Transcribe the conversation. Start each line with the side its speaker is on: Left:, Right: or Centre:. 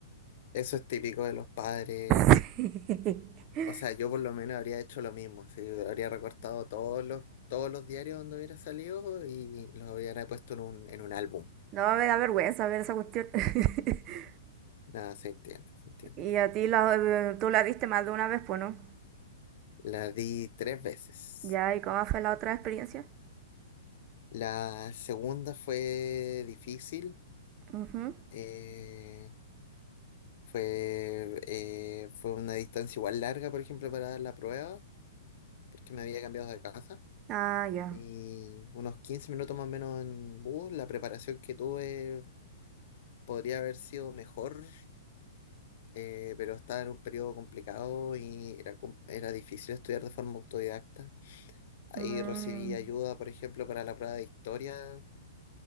Left: Eso es típico de los padres
Right: <laughs>
Left: O sea, yo por lo menos habría hecho lo mismo. sí, habría recortado todos los, todos los diarios donde hubiera salido y los hubiera puesto en un, en un álbum.
Right: No, me da vergüenza ver esa cuestión. <laughs>
Left: Nada, se entiende, se entiende.
Right: Y a ti la, eh, tú la viste más de una vez, pues no.
Left: La di tres veces.
Right: Ya, ¿y cómo fue la otra experiencia?
Left: La segunda fue difícil.
Right: Ujú.
Left: eh, fue, eh, fue una distancia igual larga, por ejemplo, para dar la prueba, porque me había cambiado de casa.
Right: Ah, ya.
Left: Y unos 15 minutos más o menos en bus. La preparación que tuve podría haber sido mejor eh, pero estaba en un periodo complicado y era, com- era difícil estudiar de forma autodidacta. Ahí
Right: Mm.
Left: recibí ayuda, por ejemplo, para la prueba de historia.